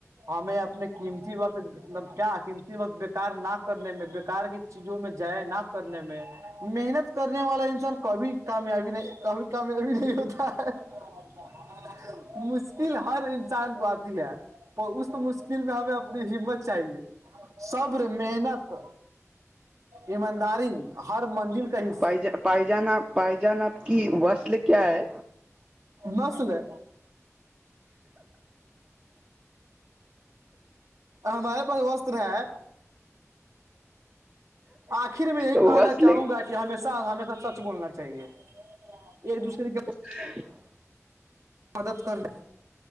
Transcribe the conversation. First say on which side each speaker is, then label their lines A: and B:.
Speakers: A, on the right; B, on the right.
A: ہمیں اپنے قیمتی وقت مطلب کیا قیمتی وقت بیکار نہ کرنے میں بےیکار کی چیزوں میں جائے نہ کرنے میں محنت کرنے والا انسان کبھی کامیابی نہیں توبھی تم بھی نہیں ہوتا ہے مشکل ہر انسان کو آتی ہے تو اس مشکل میں ہمیں اپنی ہمت چاہیے صبر محنت ایمانداری ہر منزل کہیں
B: پا پائ جانا پائ جان کی وسل کیا ہے
A: نسلے ہمارے پاس وس ہے آخر میں یہی
B: وصل
A: کہنا چاہوں گا کہ ہمیشہ ہمیشہ سچ بولنا چاہیے ایک دوسرے کے
B: ہ
A: مدد کر ل